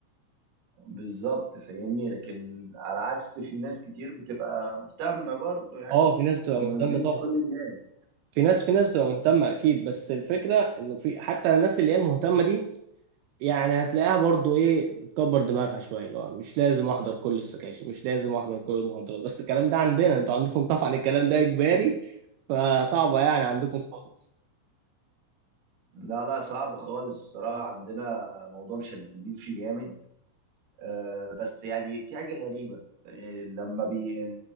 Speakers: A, on the right; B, on the right.
A: بالظبط فاهمني لكن على عكس في ناس كتير بتبقى مهتمه برضه يعني
B: اه في ناس بتبقى
A: عشان
B: مهتمة
A: ما نظلمش
B: طبعا
A: كل الناس
B: في ناس في ناس بتبقى مهتمة أكيد بس الفكرة إنه في حتى الناس اللي هي المهتمة دي يعني هتلاقيها برضو إيه بتكبر دماغها شوية اللي هو مش لازم أحضر كل السكاشن مش لازم أحضر كل المحاضرات بس الكلام ده عندنا أنتوا عندكم <laughs> طبعا الكلام ده إجباري فصعبة يعني عندكم خالص
A: لا لا صعب خالص الصراحة عندنا موضوع مشددين فيه جامد آه، بس يعني في حاجة غريبة آه، لما بي